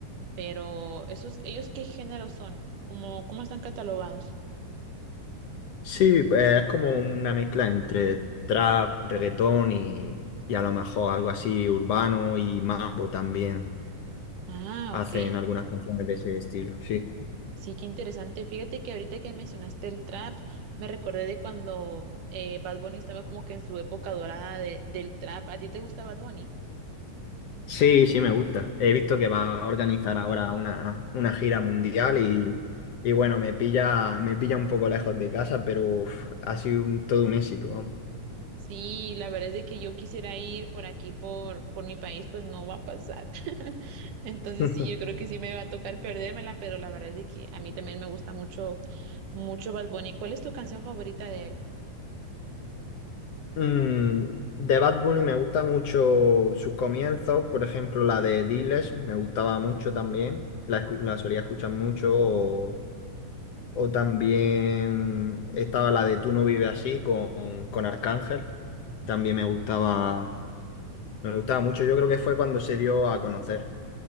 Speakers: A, on the right; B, on the left.
A: Pero esos, ¿ellos qué género son? ¿Cómo, cómo están catalogados?
B: Sí, eh, es como una mezcla entre trap, reggaetón y, y a lo mejor algo así urbano y mambo también.
A: Ah,
B: Hacen
A: ok.
B: algunas canciones de ese estilo, sí.
A: Sí, qué interesante. Fíjate que ahorita que mencionaste el trap, me recordé de cuando eh, Bad Bunny estaba como que en su época dorada de- del trap. ¿A ti te gusta Bad Bunny?
B: Sí, sí, me gusta. He visto que va a organizar ahora una, una gira mundial y, y bueno, me pilla, me pilla un poco lejos de casa, pero uf, ha sido un- todo un éxito, vamos.
A: Sí, la verdad es de que yo quisiera ir por aquí, por, por mi país, pues no va a pasar. <laughs> Entonces
B: <laughs>
A: sí, yo creo que sí me va a tocar perdérmela, pero la verdad es de que a mí también me gusta mucho, mucho Bad Bunny. ¿Cuál es tu canción favorita de él?
B: Mm, de Bad Bunny me gusta mucho sus comienzos, por ejemplo, la de Diles me gustaba mucho también, la, escu- la solía escuchar mucho, o, o también estaba la de Tú no vives así con, con Arcángel, también me gustaba, me gustaba mucho, yo creo que fue cuando se dio a conocer